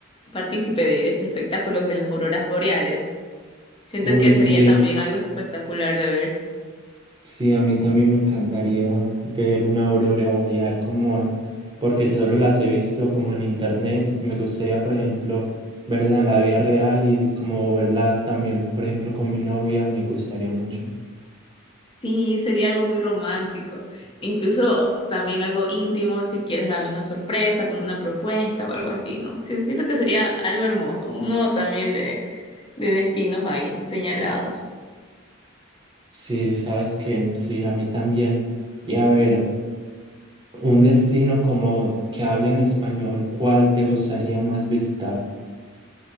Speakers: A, on the left; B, on the right.
A: partícipe de, de ese espectáculo de las auroras boreales. Siento
B: Uy,
A: que
B: sí.
A: sería también algo espectacular de ver.
B: Sí, a mí también me encantaría ver una aurora boreal como, porque solo las he visto como en internet. Me gustaría, por ejemplo, verla en la vida real y es como verla también, por ejemplo, con mi novia, me gustaría mucho.
A: Sí, sería algo muy romántico, incluso también algo íntimo si quieres darle una sorpresa, como una propuesta o algo así, ¿no? Sí, Siento que sería algo hermoso, uno también de, de destinos ahí señalados.
B: Sí, sabes que sí, a mí también. Y a ver, Un destino como que hable en español, ¿cuál te gustaría más visitar?